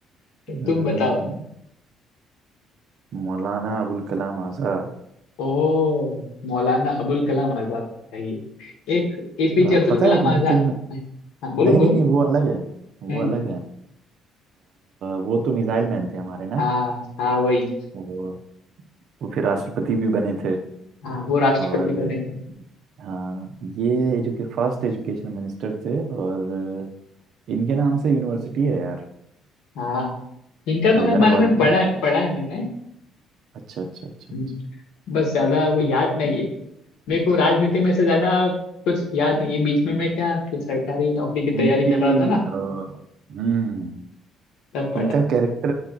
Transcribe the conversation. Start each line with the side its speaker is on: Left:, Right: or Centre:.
Right: हम्म,
Left: तुम बताओ
Right: मौलाना अबुल कलाम आजाद
Left: ओ मौलाना अबुल कलाम आजाद चाहिए एक एपीजे
Right: अ,
Left: अब्दुल
Right: पता
Left: कलाम
Right: है उनके
Left: आजाद
Right: न...
Left: हाँ बोलो
Right: नहीं नहीं
Left: बोलो
Right: नहीं वो अलग है वो
Left: हम्म
Right: अलग है वो तो मिसाइल मैन थे हमारे ना
Left: हाँ हाँ वही
Right: वो वो फिर राष्ट्रपति भी बने थे
Left: हाँ वो राष्ट्रपति
Right: और
Left: बने थे
Right: हाँ ये एजुके फर्स्ट एजुकेशन मिनिस्टर थे और इनके नाम से यूनिवर्सिटी है यार
Left: हाँ इनका तो
Right: हैदराबाद
Left: मैं बारे में पढ़ा
Right: में
Left: पढ़ा है मैंने
Right: अच्छा अच्छा अच्छा
Left: हम्म,
Right: अच्छा
Left: बस ज्यादा वो याद नहीं है मेरे को राजनीति में से ज्यादा कुछ याद नहीं है बीच में मैं क्या कुछ सरकारी नौकरी की तैयारी
Right: इनकी
Left: कर रहा था ना
Right: अ, हम्म
Left: तब पढ़ा
Right: इनका
Left: था
Right: कैरेक्टर